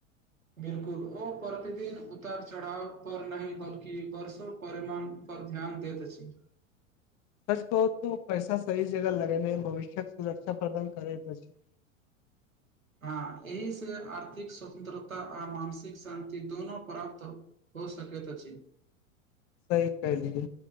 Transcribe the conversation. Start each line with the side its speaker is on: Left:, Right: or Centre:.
Right: बिलकुल ओ प्रतिदिन उतर चढ़ाव पर नहि बल्कि वर्षो परिमाण पर ध्यान दैत अछि। <unintelligible>
Left: सच कहु त पैसा सही जगह लगेनाइ भविष्यक सुरक्षा प्रदान करैत अति।
Right: हां एहिसे आर्थिक स्वतन्त्रता आ मानसिक शान्ति दुनू प्राप्त हो सकैत अछि।
Left: सही कहलियै,